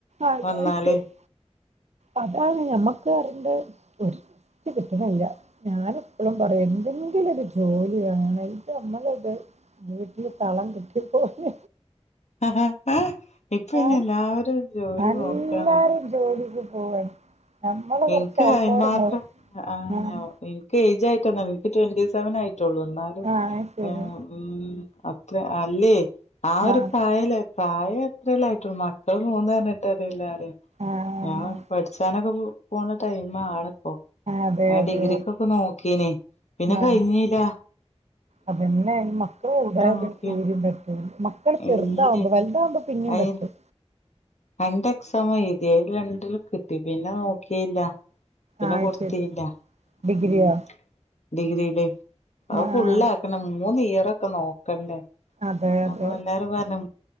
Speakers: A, on the right (about 75°); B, on the left (about 80°).
A: അതെ
B: വന്നാല്
A: <unintelligible> അതാണ് ഞമ്മക്ക് <unintelligible> ഒരിറ്റ് കിട്ട്ണില്ല. ഞാനെപ്പളും പറയും എന്തെങ്കിലും ഒരു ജോലി വേണം ഇത് ഞമ്മള് ഇത് വീട്ട് ട്ടില് തളം കെട്ടിയ പോലെ.
B: ഹാ ഹാ ഇപ്പയ്ന്
A: ഞാൻ
B: എല്ലാരും ജോലി
A: എല്ലാരും
B: നോക്കാണ്.
A: ജോലിക്ക് പോവാണ്. നമ്മള് കൊറച്ച്
B: ഇൻക്ക്
A: ആൾക്കാരുണ്ടാവും
B: അയ്ന് മാത്രം ആ
A: ആഹ്
B: ഇൻക് എജ് ആയിട്ടൊന്നും അല്ല. ഇൻക്ക് ട്വന്റി സെവൻ ആയിട്ടുള്ളൂ. എന്നാലും
A: ആഹ് അത് ശരി.
B: ഏഹ് ഉം. അത്ര അല്ലേ ആ ഒരു
A: ആഹ്
B: പ്രായല്ലെ പ്രായം അത്രല്ലായിട്ടുള്ള് മക്കള് മൂന്ന് പറഞ്ഞിട്ട് കാര്യല്ല.
A: ആഹ്
B: ഞാ പഠിച്ചാനൊക്കെ പോണ ടൈം ആണ്. ഓഹ്
A: അതെ
B: ഞാൻ
A: അതെ
B: ഡിഗ്രിക്കൊക്കെ നോക്കീന് പിന്നെ കഴിഞ്ഞീല്ല.
A: ആഹ് അതന്നെ മക്കള് കൂടെയായ
B: നോക്കി
A: പിന്നെ തീരീം പറ്റൂല. മക്കള് ചെറുതാവുമ്പോ
B: ഇല്ലേ
A: വലുതാവുമ്പൊ പിന്നെ പിന്നേം
B: അയി
A: പറ്റും.
B: രണ്ട് എക്സാമും എഴുതി അയില് രണ്ടിലും കിട്ടി പിന്നെ നോക്കില്ല. പിന്നെ
A: ആഹ്
B: കൊടുത്തിയില്ല.
A: അത് ശരി. ഡിഗ്രിയോ?
B: ഉം ഡിഗ്രിലെയ് അത്
A: ആഹ്
B: ഫുള്ളാക്കണം. മൂന്ന് ഇയർ റൊക്കെ നോക്കണ്ടേ.
A: അതെ അതെ
B: അപ്പൊ എല്ലാരും പറഞ്ഞു